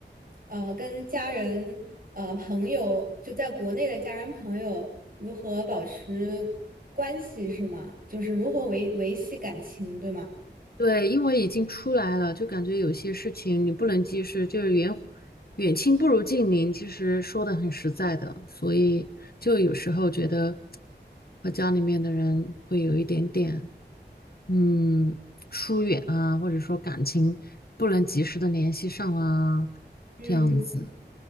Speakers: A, on the right (about 50°); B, on the left (about 55°).
A: 呃，跟家人、呃朋友，就在国内的家人朋友如何保持关系是吗？就是如何维维系感情，对吗？
B: 对，因为已经出来了，就感觉有些事情你不能及时，就是远远亲不如近邻，其实说的很实在的，所以就有时候觉得和家里面的人会有一点点嗯疏远啊，或者说感情不能及时的联系上啊，
A: 嗯。
B: 这样嗯子。